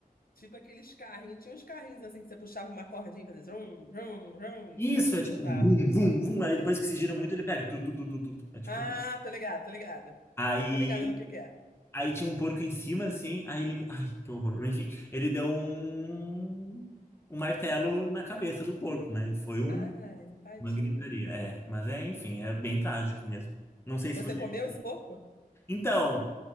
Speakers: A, on the left (about 75°); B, on the left (about 15°).
A: tipo aqueles carrinhos. Tinha uns carrinhos assim que você puxava uma cordinha e fazia zum, zum, zum.
B: Isso,
A: Aí depois
B: é tipo
A: andava.
B: um vum, vum, vum. Aí depois que se gira muito, ele pega. Tu, tu, tu, tu, tu. tu. É tipo...
A: Ah, tô ligado, tô ligado.
B: Aí,
A: Tô ligada no que que é.
B: aí tinha um porco em cima, assim. Aí ele me... Ai, que horror. Mas, Enfim, ele deu um... um martelo na cabeça do porco, né? E foi um
A: Ai, tadinho.
B: Uma gritaria, é. Mas é, enfim, é bem trágico mesmo. Não sei se
A: Você
B: você.
A: comeu esse porco?
B: Então,